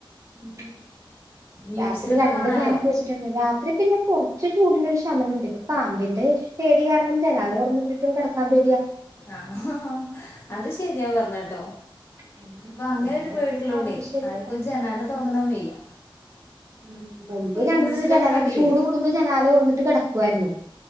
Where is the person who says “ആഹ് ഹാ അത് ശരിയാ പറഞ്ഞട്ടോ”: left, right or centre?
Left